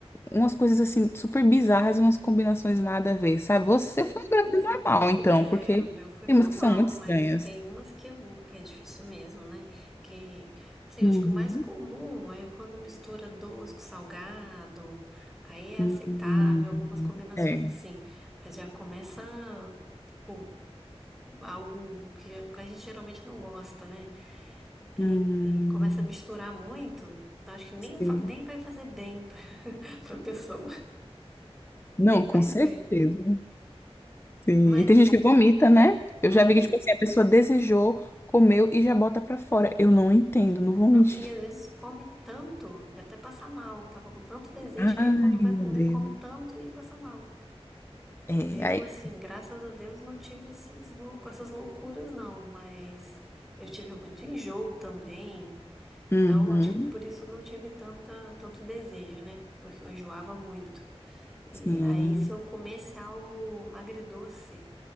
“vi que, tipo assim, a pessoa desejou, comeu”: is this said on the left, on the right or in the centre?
Left